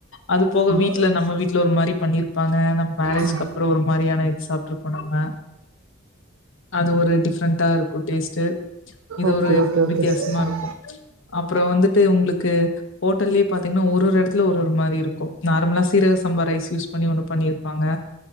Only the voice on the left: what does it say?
அது போக
வீட்ல நம்ம வீட்ல ஒரு மாரி பண்ணிருப்பாங்க நம்ம மேரேஜ்க்கு
அப்புற ஒரு மாரியான இது சாப்ட்ருப்போ நம்ம அது ஒரு டிப்ரெண்டா இருக்கு டேஸ்ட்டு இது
ஒரு
வித்தியாசமாருக்கு
அப்ற வந்துட்டு உங்ளுக்கு ஓட்டல்லே பாத்தீங்னா ஒரு ஒரு எடத்ல ஒரு ஒரு மாரிருக்கு நார்மலா சீரக சம்பா ரைஸ் யூஸ் பண்ணி ஒன்னு பண்ணிர் ங்க